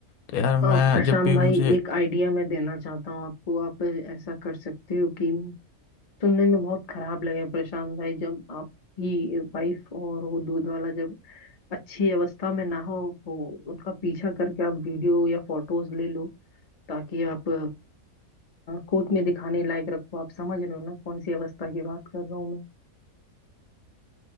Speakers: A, on the left (about 85°); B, on the left (about 35°).
A: तो यार मैं
B: आप प्रशांत
A: जब भी
B: भाई
A: मुझे
B: एक आइडिया मैं देना चाहता हूँ आपको आप ऐसा कर सकते हो कि सुनने में बहुत खराब लगे प्रशांत भाई जब आपकी वाइफ और वो दूध वाला जब अच्छी अवस्था में ना हो हो उनका पीछा करके आप वीडियो या फोटोज ले लो ताकि आप कोर्ट में दिखाने लायक रखो आप समझ रहे हो ना कौन सी अवस्था की बात कर रहा हूँ मैं